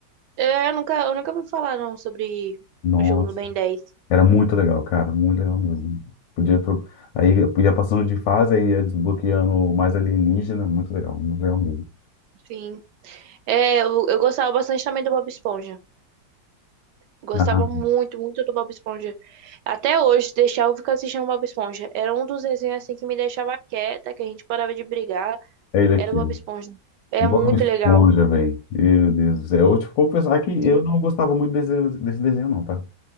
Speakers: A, on the right; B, on the left.
A: É, eu nunca, eu nunca ouvi falar não sobre
B: Nossa,
A: o jogo do Ben 10.
B: era muito legal, cara, muito legal mesmo. Podia tro... Aí eu ia passando de fase, aí ia desbloqueando mais alienígena, muito legal, muito legal mesmo.
A: Sim. É, eu, eu gostava bastante também do Bob Esponja. Gostava
B: Ah,
A: muito, muito do Bob Esponja. Até hoje, se deixar eu ficar assistindo Bob Esponja. Era um dos desenhos assim que me deixava quieta, que a gente parava de brigar.
B: é ele aqui,
A: Era o Bob
B: ó.
A: Esponja. É
B: Bob
A: muito
B: Esponja,
A: legal.
B: velho. Meu Deus do céu. Eu, tipo, vou pensar que
A: Sim.
B: eu não gostava muito desse desenho, desse desenho, não, tá?